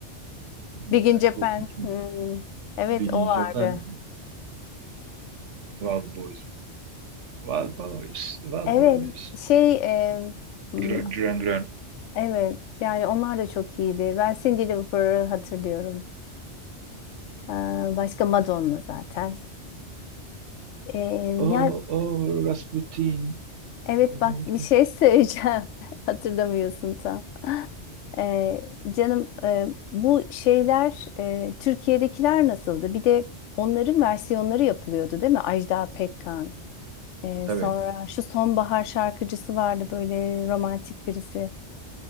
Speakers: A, on the right; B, on the left.
A: Modern
B: Big in Japan.
A: Talking mi?
B: Hmm, Evet
A: Bilin
B: o vardı.
A: Japan. Wild Boys. Wild Boys, Wild
B: Evet.
A: Boys.
B: Şey e, hmm,
A: Duran Duran. Duran.
B: evet yani onlar da çok iyiydi. Ben Cindy Lauper'ı hatırlıyorum. Ee, Başka Madonna zaten. Ee,
A: Oh,
B: ya
A: oh, Rasputin.
B: evet
A: Hı,
B: bak bir şey söyleyeceğim. <laughs> Hatırlamıyorsun tam. Ee, canım e, bu şeyler e, Türkiye'dekiler nasıldı? Bir de onların versiyonları yapılıyordu değil mi? Ajda Pekkan. Ee,
A: Tabii.
B: sonra şu sonbahar şarkıcısı vardı böyle romantik birisi.